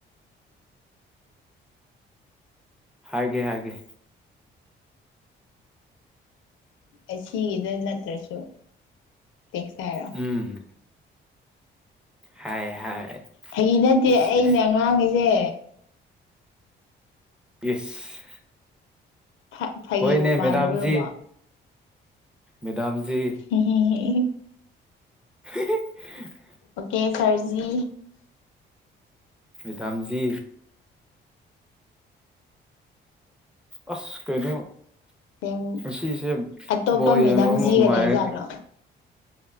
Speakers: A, in the centre; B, on the left.
A: ꯍꯥꯏꯒ‌ꯦ ꯍꯥꯏꯒ‌ꯦ
B: ꯑꯁꯤꯒꯤꯗ ꯅꯠꯇ꯭ꯔꯁꯨ ꯇꯦꯛꯁ ꯊꯥꯔꯛ
A: ꯎꯝ ꯍꯥꯏ ꯍꯥꯏ
B: ꯐꯥꯒꯤ ꯅꯠꯇꯦ
A: ꯏꯁ
B: ꯑꯩꯅ
A: ꯏꯁ
B: ꯉꯥꯡꯉꯤꯁꯦ
A: ꯏꯁ
B: ꯐ ꯐꯥꯒꯤꯕꯨ
A: ꯍꯣꯏꯅꯦ
B: ꯃꯥꯜꯂꯨꯔꯕꯣ
A: ꯃꯦꯗꯥꯝꯖꯤ ꯃꯦꯗꯥꯝꯖꯤ
B: <unintelligible>
A: <unintelligible>
B: ꯑꯣꯀꯦ ꯁꯔꯖꯤ
A: ꯃ‌ꯦꯗꯥꯝꯖꯤ ꯑꯁ ꯀꯩꯅꯣ
B: ꯁꯦꯝ
A: ꯉꯁꯤꯁꯦ
B: ꯑꯇꯣꯞꯄ
A: ꯕꯣꯜ
B: ꯃꯦꯗꯥꯝꯖꯤꯒ
A: ꯌꯦꯡꯕ ꯑꯃꯨꯛ ꯅꯨꯡꯉꯥꯏꯒꯅꯤ
B: ꯂꯩꯖꯥꯠꯂꯣ